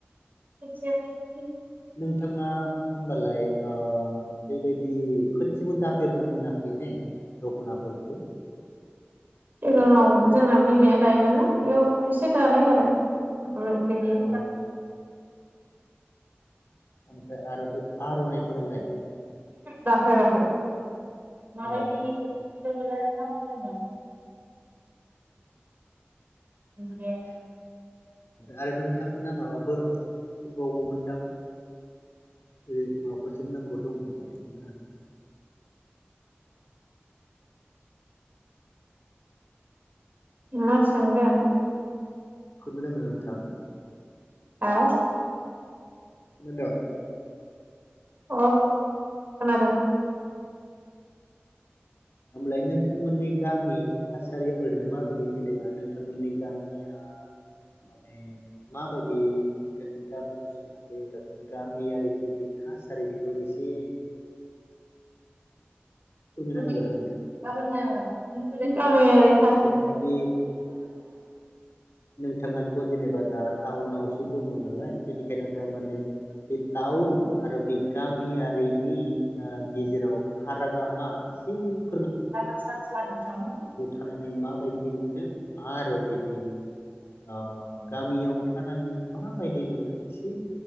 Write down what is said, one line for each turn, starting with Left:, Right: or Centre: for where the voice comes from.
Right: <unintelligible>
Left: नोंथाङा होमबालाय ओ बेबायदि खनसेबो दाफेरनो मोनाख खै ने दख'नाफोरखो
Right: सिगाङाव जोंना बिमाया दायोमोनना बेयाव एसे दानाय आरो। ओमफाय बिदि
Left: औ ओमफ्राय आरो बे आर'नाइफोरालाय
Right: दाफेराखै माबायदि
Left: औ
Right: <unintelligible> <unintelligible>
Left: आरो नों बिथांमोना माबाफोर दबावगौमोनदां ओरै माबाफोर सोंनांगौ दङबा सोंनो हागोन।
Right: मा सोंगोन।
Left: <unintelligible> नोंथां।
Right: हा?
Left: खोनादों?
Right: अ खोनादों।
Left: ओमब्लाय नोंथांमोननि गामिनि थासारिया ओरैनो माबायदि जेनेबा नोंथांमोननि गामिया माने माबायदि नोंथांनि गामियाव सोमोन्दै गामियारि जिबायदि थासारि बेखौ एसे
Right: <unintelligible>
Left: फोरमायनो हागोन नामा नोंथां?
Right: <unintelligible>
Left: जेनेबा बे नोंथाङाथ' जेनेबा दा टाउन नावसो दङ नालाय बेनिखायनो दा माने बे टाउन आरो बे गामियारिनि ओ गेजेराव ओ फारागा मा? उम।
Right: <unintelligible>
Left: थानानै माबायदि मोनो? आरो बिथिं ओ गामियाव थानानै माबायदि मोनो एसे